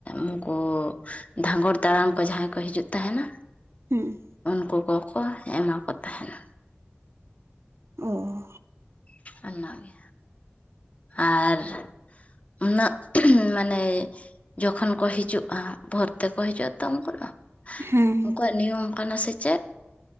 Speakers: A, on the left; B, on the right.
A: ᱩᱱᱠᱩ ᱫᱷᱟᱸᱜᱚᱲ ᱛᱟᱲᱟᱲ ᱠᱚ ᱡᱟᱦᱟᱸᱭ ᱠᱚ ᱦᱤᱡᱩᱜ ᱛᱟᱦᱮᱱᱟ
B: ᱦᱩᱸ
A: ᱩᱱᱠᱩ ᱠᱚᱠᱚ ᱮᱢᱟ ᱠᱚ ᱛᱟᱦᱮᱱᱟ
B: ᱚ
A: ᱚᱱᱟᱜᱮ ᱟᱨ ᱩᱱᱟᱹᱜ ᱢᱟᱱᱮ ᱡᱚᱠᱷᱚᱱ ᱠᱚ ᱦᱤᱡᱩᱜᱼᱟ ᱵᱷᱳᱨ ᱛᱮᱠᱚ ᱦᱤᱡᱩᱜᱼᱟ ᱛᱚ ᱩᱱᱠᱩ ᱫᱚ
B: ᱦᱮᱸ
A: ᱩᱱᱠᱩᱣᱟᱜ ᱱᱤᱭᱚᱢ ᱠᱟᱱᱟ ᱥᱮ ᱪᱮᱫ